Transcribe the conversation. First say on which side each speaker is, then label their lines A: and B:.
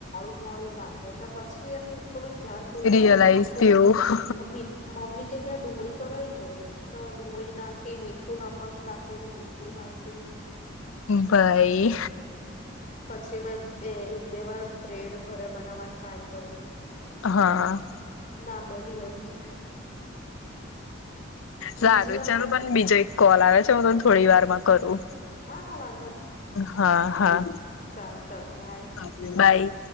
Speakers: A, on the left (about 40°); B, on the left (about 80°).
A: મોળું લાગે છે પછી એમ થોડુંક ધ્યાન કું કે
B: રિયલાઈઝ
A: હ મીઠું
B: થયું
A: મમી મમ્મી કે કે આ ડુંગળી તો રહી ગઈ તો ડુંગળી નાખી મીઠું નાખવાનું બાકી. <unintelligible> નાખ્યું
B: ભાઈ.
A: પછી મે બે. વાર બ્રેડ ઘરે બનાવવાની ટ્રાય કરી
B: હા હ.
A: ના બની હરખી
B: સારું
A: બીજી વારમાં
B: ચાલો પણ બીજો એક કોલ આવે. આવે છે હું તને થોડી વાર માં કરું.
A: હા હા વા
B: હા હા.
A: સારું ચાલ બાય
B: હ બાય.